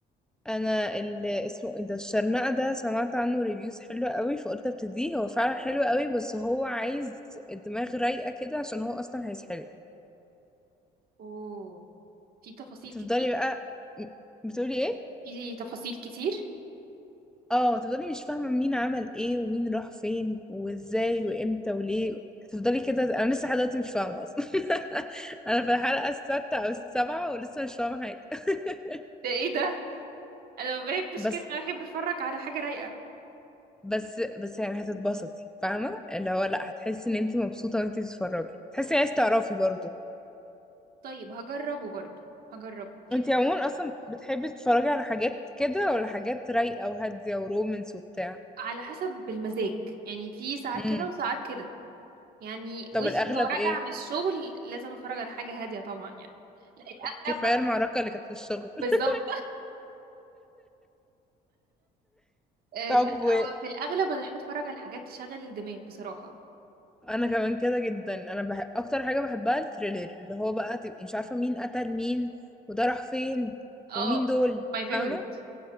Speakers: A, in the centre; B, on the right.
A: انا ال- اسمه ايه ده الشرنقه ده سمعت عنه ريفيوز حلوه قوي فقلت ابتديه هو فعلا حلو قوي بس هو عايز الدماغ رايقه كده عشان هو اصلا هيسحلك
B: اوه في تفاصيل
A: تفضلي
B: كتير
A: بقى م- بتقولي ايه
B: في تفاصيل كتير
A: اه تفضلي مش فاهمة مين عمل ايه ومين راح فين وازاي وامتى وليه تفضلي كده انا لسه لحد دلوقتي مش فاهمة اصلا <laughs> انا في الحلقة السادسة او السابعة ولسه مش فاهمة حاجة <laughs>
B: ده ايه ده انا ما بحبش
A: بس
B: كده انا بحب اتفرج على حاجه رايقه
A: بس بس يعني هتتبسطي فاهمة اللي هو لا هتحسي ان انت مبسوطة وانت بتتفرجي تحسي عايز تعرفي برضو
B: طيب هجربه برضو هجربه كده
A: انت عموما اصلا بتحبي تتفرجي على حاجات كده ولا حاجات رايقة وهادية ورومانس وبتاع
B: على حسب المزاج يعني في ساعات
A: امم
B: كده وساعات كده يعني وش
A: طب الاغلب
B: لو راجع
A: ايه
B: من الشغل لازم اتفرج على حاجة هادية طبعا يعني لا الأغلب
A: كفاية
B: بحب
A: المعركة اللي كانت في الشغل
B: بالظبط
A: <laughs>
B: آه
A: طب
B: لا
A: و...
B: هو في الأغلب أنا بحب أتفرج على حاجات تشغل الدماغ بصراحة
A: انا كمان كده جدا انا بحب اكتر حاجه بحبها الثريلر اللي هو بقى تبقي مش عارفه مين قتل مين وده راح فين
B: اه
A: ومين دول
B: my favorite
A: فاهمه